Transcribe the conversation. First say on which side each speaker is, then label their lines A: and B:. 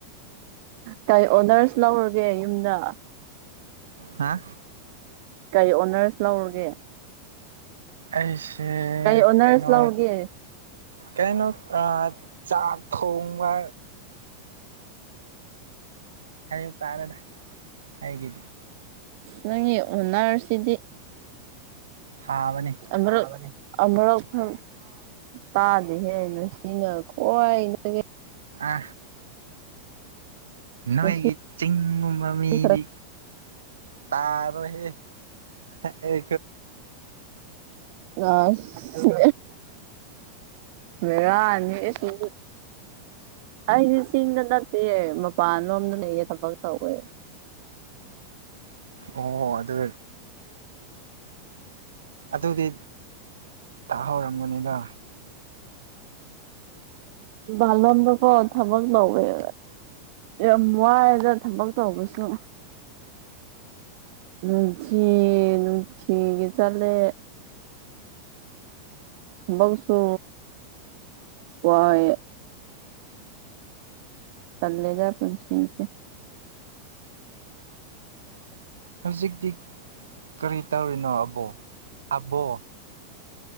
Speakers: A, on the right; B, on the right.
A: ꯀꯩ ꯑꯣꯅꯔꯁ ꯂꯧꯔꯒꯦ ꯌꯨꯝꯗ꯫
B: ꯍꯥꯥ꯫
A: ꯀꯩ ꯑꯣꯅꯔꯁ ꯂꯧꯔꯒꯦ꯫
B: ꯑꯩꯁꯦ
A: ꯀꯩ ꯑꯣꯅꯔꯁ
B: ꯀꯩꯅꯣ꯫
A: ꯂꯧꯒꯦ
B: ꯀꯩꯅꯣ ꯑꯥ ꯆꯥꯛ ꯊꯣꯡꯕ꯫ ꯍꯥꯏꯕ ꯇꯥꯔꯦꯗ꯫ ꯑꯩꯒꯤ
A: ꯅꯪꯏꯒꯤ ꯑꯣꯟꯅꯔꯁꯤꯗꯤ꯫
B: ꯊꯥꯕꯅꯤ꯫
A: ꯑꯃꯔꯛ꯫ ꯑꯃꯔꯛꯥ ꯇꯥꯗꯦꯍꯦ ꯉꯁꯤꯅ ꯈꯧꯗꯒꯤ꯫
B: ꯍꯥ꯫ ꯅꯣꯏꯒꯤ
A: ꯉꯁꯤ
B: ꯆꯤꯡꯒꯨꯝꯕ ꯃꯤꯗꯤ꯫
A: ꯈꯔ
B: ꯇꯔꯣ ꯍꯦ꯫
A: ꯑꯁ ꯕꯦꯔꯅꯤ <unintelligible> ꯑꯩꯗꯤ ꯆꯤꯡꯗ ꯅꯠꯇꯦ ꯃꯄꯥꯟ ꯂꯣꯝꯗ ꯂꯩꯌꯦ ꯊꯕꯛ ꯇꯧꯋꯦ꯫
B: ꯑꯣ ꯑꯗꯨ꯫ ꯑꯗꯨꯗꯤ ꯇꯥꯍꯧꯔꯝꯕꯅꯤꯗ꯫
A: ꯃꯄꯜꯂꯣꯝꯗ ꯀꯣ ꯊꯕꯛ ꯇꯧꯌꯦ꯫ ꯌꯥꯝ ꯋꯥꯏ ꯑꯗ ꯊꯕꯛ ꯇꯧꯕꯁꯨ꯫ ꯅꯨꯡꯊꯤ ꯅꯨꯡꯊꯤꯒꯤ ꯆꯥꯠꯂꯦ꯫ ꯊꯕꯛꯁꯨ ꯋꯥꯌꯦ꯫ ꯇꯥꯜꯂꯦꯗ ꯄꯨꯟꯁꯤꯁꯦ꯫
B: ꯍꯧꯖꯤꯛꯇꯤ ꯀꯔꯤ ꯇꯧꯔꯤꯅꯣ ꯑꯕꯣ ꯑꯕꯣ꯫